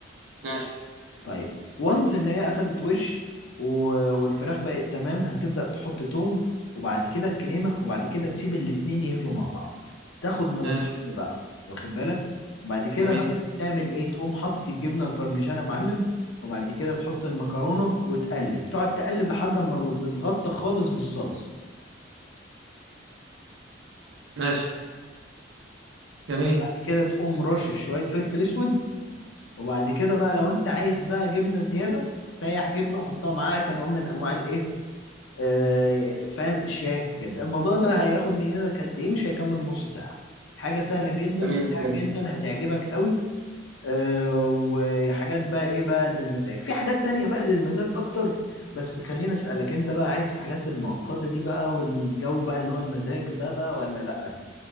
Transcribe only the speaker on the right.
ماشي
ماشي
جميل
ماشي جميل
جميل
الحاجات دي